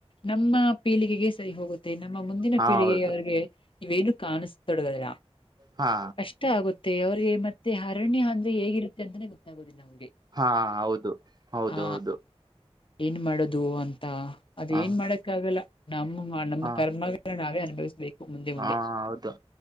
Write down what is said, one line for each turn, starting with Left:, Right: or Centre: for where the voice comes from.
Left: ನಮ್ಮ ಪೀಳಿಗೆಗೆ ಸರಿ ಹೋಗುತ್ತೆ ಮತ್ತೆ ನಮ್ಮ ಮುಂದಿನ
Right: ಹಾ
Left: ಪೀಳಿಗೆವಿಗೆ
Right: ಹೌದು
Left: ಇವೇನು ಕಾಣಿಸತೊಡಗೋದಿಲ್ಲ
Right: ಹಾ
Left: ಗಷ್ಟ ಆಗುತ್ತೆ ಅವ್ರಿಗೆ ಮತ್ತೆ ಅರಣ್ಯ ಅಂದ್ರೆ ಹೇಗಿತ್ತೆ ಅಂತಾನೆ ಗೊತ್ತಾಗೋುದಿಲ್ಲ ಅವ್ರಿಗೆ
Right: ಹಾ ಹೌದು ಹೌದು
Left: ಹ
Right: ಹೌದು
Left: ಏನ್ ಮಾಡದು ಅಂತ ಅದ
Right: ಹ
Left: ಏನ್ ಮಾಡಕ್ಕ ಆಗಲ್ಲ ನಮ್ಮ ನಮ್ಮ
Right: ಹಾ
Left: ಕರ್ಮಗಳ ನಾವೇ ಅನುಭವಿಸ್ಬೇಕು ಮುಂದೆ ಮುಂದೆ
Right: ಹಾ ಹೌದು